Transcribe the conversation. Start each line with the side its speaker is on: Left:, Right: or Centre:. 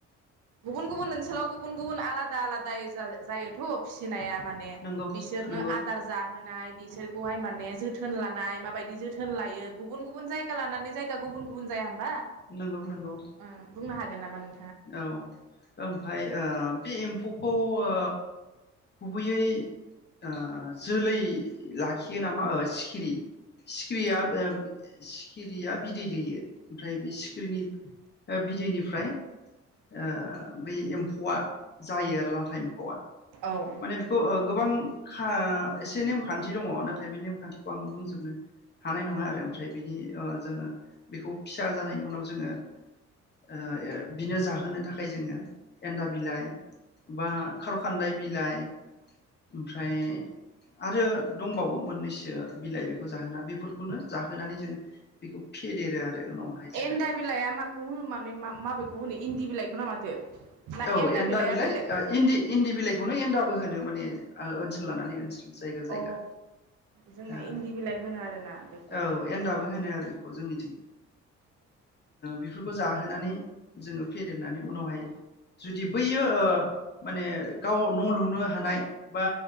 Right: गुबुन गुबुन ओनसोलाव गुबुन गुबुन आलादा आलादा आलादा जायोथ' फिसिनाया। माने
Left: नंगौ
Right: बिसोरनो
Left: नंगौ
Right: आदार जाहोनाय बिसोरखौहाय माने जोथोन लानाय माबायदि जोथोन लायो गुबुन गुबुन जायगा लानानै जायगा गुबुन गुबुन जाया होमबा
Left: नंगौ नंगौ
Right: ओ बुंनो हागोन नामा नों
Left: औ ओमफाय ओ बे एम्फौखौ ओ गुबैयै ओ जोलै लाखि यो नामा सिखिरि सिखिरिया सिखिरिया बिदै दैयो आमफ्राय बे सिखिरिनि बिदैनिफ्राय ओ बै एम्फौआ जायो आरो लाथा एम्फौआ।
Right: औ
Left: माने बेखौ ओ गोबां खा एसे नेमखान्थि दङ नाथाय नाथाय बे नेमखान्थिखौ आं बुंजोबनो हानाय नङा आरो आमफ्राय बिनि ओ जोङो बेखौ फिसा जानायनि उनाव जोङो ओ बिनो जाहोनो थाखाय जोङो एन्दा बिलाइ बा खारखान्दाय बिलाइ ओमफ्राय आरो दंबावो मोननैसो बिलाइ बेखौ जाहोना बेफोरखौनो जाहोनानै जोङो बेखौ फेदेरो आरो। उनावहाय जोङो
Right: एन्दा बिलाइआ माखौ होनो माने माबेखौ होनो इन्दि बिलाइखौ ना माथो? ना
Left: औ एन्दा
Right: बिलाइआ
Left: बिलाइ
Right: बेलेग
Left: इन्दि इन्दि बिलाइखौनो एन्दाबो होनो माने ओ ओनसोल लानानै ओनसोल। जायगा जायगा
Right: अ जोंना
Left: ओ
Right: इन्दि बिलाइ होनो आरोना। बेखौहाय
Left: औ एन्दाबो होनो आरो बेखौ जोंनिथिं बिफोर खौ जाहोनानै जोङो फेदेरनानै उनावहाय जुदि बैयो माने गाव न लुनो हानाय बा